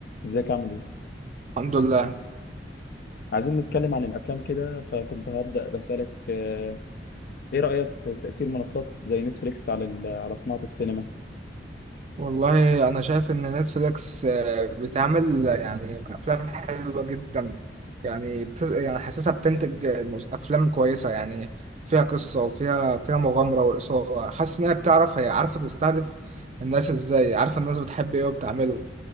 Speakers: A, on the left; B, on the right.
A: ازيك عامل ايه؟
B: الحمد لله
A: عايزين نتكلم عن الافلام كده فكنت هبدأ بسألك آه، ايه رأيك في تأثير منصات زي نتفليكس على ال- على صناعة السينما؟
B: والله انا شايف ان نتفليكس آه، بتعمل آه، يعني افلام حلوه جدا يعني بتز... يعني حاسسها بتنتج آه، مس- افلام كويسه يعني فيها قصه وفيها فيها مغامره واثاره حاسس ان هي بتعرف هي عارفه تستهدف الناس ازاي عارفه الناس بتحب ايه وبتعمله